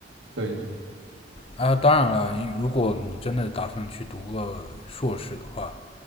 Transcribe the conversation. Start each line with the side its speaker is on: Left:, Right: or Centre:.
Right: 对对对。
Left: 啊，当然了，如果你真的打算去读个硕士的话，